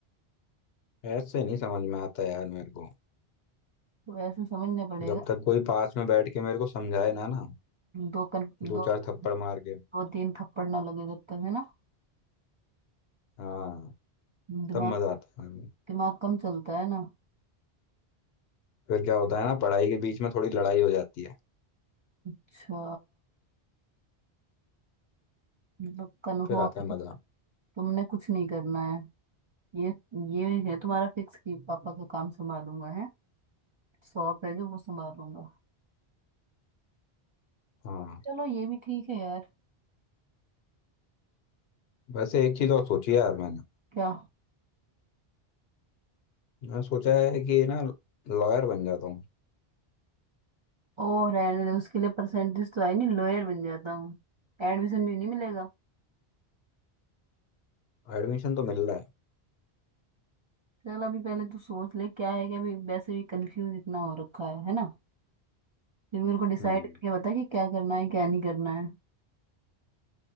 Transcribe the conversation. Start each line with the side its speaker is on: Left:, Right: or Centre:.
Left: ऐसे नहीं समझ में आता यार मेरे को
Right: तो ऐसे समझना पड़ेगा
Left: जब तक कोई पास में बैठ के मेरे को समझाए ना ना
Right: दो कन
Left: दो
Right: दो
Left: चार थप्पड़ मार के
Right: दो तीन थप्पड़ ना लगे जब तक है ना
Left: हाँ
Right: दिमाग
Left: तब मजा आता है
Right: दिमाग कम चलता है ना
Left: फिर क्या होता है ना पढ़ाई के बीच में थोड़ी लड़ाई हो जाती है
Right: अच्छा मतलब कन्फर्म
Left: फिर आता है मजा
Right: है तुमने कुछ नहीं करना है ये ये है तुम्हारा फिक्स कि पापा का काम संभालूंगा है शॉप है जो वो संभालूंगा
Left: हाँ
Right: चलो ये भी ठीक है यार
Left: वैसे एक चीज और सोची है यार मैंने
Right: क्या
Left: मैं सोचा है कि ना लॉयर बन जाता हूँ
Right: ओ रहने दे उसके लिए परसेंटेज तो आई नहीं लॉयर बन जाता हूँ एडमिशन भी नहीं मिलेगा
Left: एडमिशन तो मिल रहा है
Right: चल अभी पहले तू सोच ले क्या है क्या अभी वैसे भी कंफ्यूज इतना हो रखा है है ना फिर मेरे को डिसाइड
Left: हम्म
Right: करके बता कि क्या करना है क्या नहीं करना है